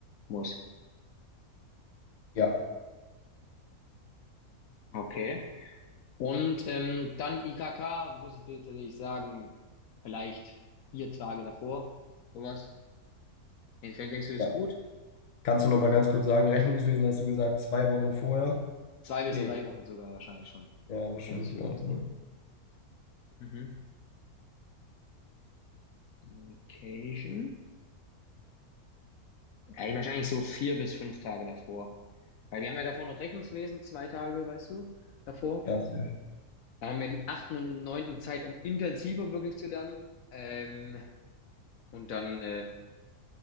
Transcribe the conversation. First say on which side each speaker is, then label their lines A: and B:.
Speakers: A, on the left (about 70°); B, on the left (about 35°).
A: muss.
B: ja,
A: Okay. Und ähm, dann IKK, muss ich dir tatsächlich sagen, vielleicht vier Tage davor, sowas. Wie denkst du, das
B: ja.
A: ist gut?
B: Kannst du noch mal ganz kurz sagen, Rechnungswesen hast du gesagt, zwei Wochen vorher?
A: Zwei bis
B: Nee,
A: drei Wochen sogar wahrscheinlich schon,
B: ja, wahrscheinlich
A: hätte ich gesagt.
B: auch. Ne?
A: Mhm. Vacation? Ja, wahrscheinlich so vier bis fünf Tage davor. Weil wir haben ja davor noch Rechnungswesen, zwei Tage, weißt du, davor.
B: Ja, safe.
A: Dann haben wir den achten und neunten Zeit, um intensiver wirklich zu lernen. Ähm, und dann, äh, denke